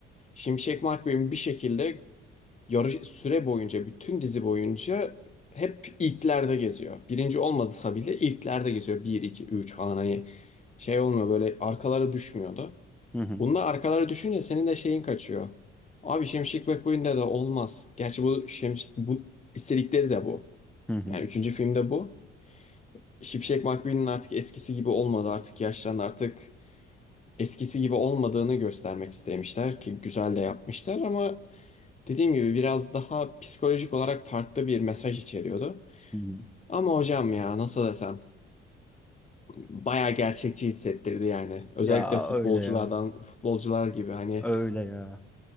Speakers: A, on the left; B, in the centre.
A: Şimşek McQueen bir şekilde yarı süre boyunca bütün dizi boyunca hep ilklerde geziyor. Birinci olmadısa bile ilklerde geziyor. bir 2 3 falan hani şey olmuyor böyle arkalara düşmüyordu.
B: Hı hı.
A: Bunda arkalara düşünce senin de şeyin kaçıyor. Abi Şemşik McQueen'de de olmaz. Gerçi bu Şems bu istedikleri de bu.
B: Hı hı.
A: Yani üçüncü filmde bu. Şipşek McQueen'in artık eskisi gibi olmadı. Artık yaşlandı. Artık eskisi gibi olmadığını göstermek istemişler ki güzel de yapmışlar ama dediğim gibi biraz daha psikolojik olarak farklı bir mesaj içeriyordu.
B: Hı hı.
A: Ama hocam ya nasıl desem bayağı gerçekçi hissettirdi yani. Özellikle
B: Ya
A: futbolculardan
B: öyle ya.
A: futbolcular gibi hani
B: Öyle ya.